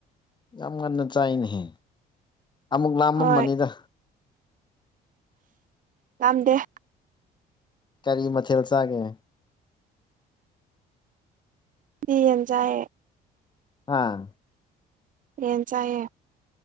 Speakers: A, on the left (about 25°); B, on the right (about 50°).
A: ꯌꯥꯝ ꯉꯟꯅ ꯆꯥꯏꯅꯦꯍꯦ ꯑꯃꯨꯛ ꯂꯥꯝꯃꯝꯕꯅꯤꯗ
B: ꯍꯣꯏ ꯂꯝ ꯗ‌ꯦ
A: ꯀꯔꯤ ꯃꯊꯦꯜ ꯆꯥꯒꯦ?
B: ꯌ‌ꯦꯟ ꯆꯥꯏꯌꯦ
A: ꯑꯥ
B: ꯌꯦꯟ ꯆꯥꯏꯌꯦ